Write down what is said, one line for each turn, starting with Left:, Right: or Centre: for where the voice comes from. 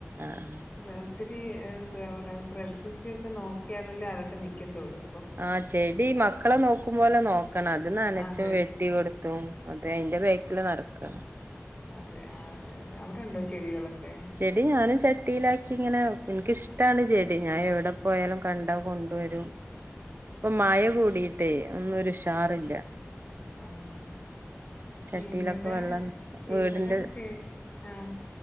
Right: ആഹ്.
Left: ഒത്തിരി എന്താ പറയ്ക ശ്രദ്ധിച്ചെക്കെ നോക്കിയാലല്ലേ അതൊക്കെ നിക്കത്തൊള്ളൂ.
Right: ആഹ് ചെടി മക്കളെ നോക്കുമ്പോലെ നോക്കണം അത് നനച്ചും
Left: അതെ
Right: വെട്ടി ട്ടി കൊടുത്തും അത് അതിന്റെ ബാക്കില് നടക്കണം.
Left: അതെ അഹ് അവിടെണ്ടോ ചെടികളൊക്കെ?
Right: ചെടി ഞാനും ചട്ടിയിലാക്കി ഇങ്ങനെ എനിക്കിഷ്ടാണ് ചെടി ഞാൻ എവിടെ പോയാലും കണ്ടാ കൊണ്ട്- കൊണ്ട് വരും ഇപ്പോ മഴ കൂടിയിട്ടേ ഒന്നും ഒരു ഉഷാറില്ല
Left: ആഹ്
Right: ചട്ടിയിലൊക്കെ
Left: ഇവിടെ
Right: വെള്ളം വീടിന്റെ
Left: ഇവിടെ ചെ ആഹ്